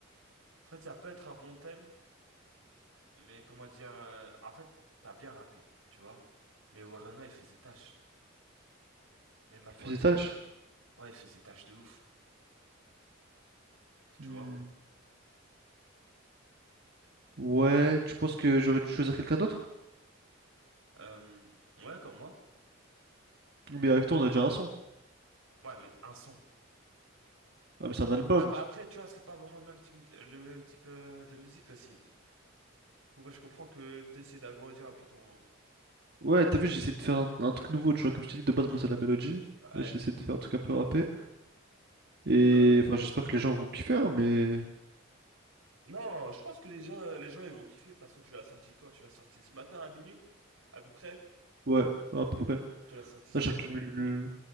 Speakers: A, on the right; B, on the right.
A: en fait, ça peut être un bon thème, mais comment dire... euh, En fait, t'as bien rappé, tu vois? Mais Werenoi, il faisait tâche. Je vais pas
B: Qui
A: te
B: fait
A: mentir.
B: ses tâches?
A: Ouais, il faisait tâche de ouf, tu
B: Hmm,
A: vois?
B: Ouais, tu penses que j'aurais dû choisir quelqu'un d'autre?
A: Euh, Ouais, comme moi.
B: Mais avec toi, on a déjà un son.
A: Ouais, mais un son.
B: Ah, mais c'est un album.
A: Après, après, tu vois, c'est pas vraiment le même type, le même type euh, de musique aussi. Donc, ouais, je comprends que tu essaies d'agrandir un peu ton...
B: Ouais, t'as vu, j'ai essayé de faire un, un truc nouveau, tu vois. Comme je t'ai dit, de base,
A: Mm.
B: moi, c'est la mélodie.
A: Ouais.
B: Là, j'ai essayé de faire un truc un peu rappé. Et
A: Euh,
B: enfin, j'espère que les gens vont kiffer, hein, mais...
A: Non, je pense que les gens, euh, les gens, ils vont kiffer. De toute façon, tu l'as sorti quand? Tu l'as sorti ce matin à minuit, à peu près?
B: Ouais, à peu près.
A: Tu l'as sorti ce
B: Là, j'accumule,
A: matin à minuit?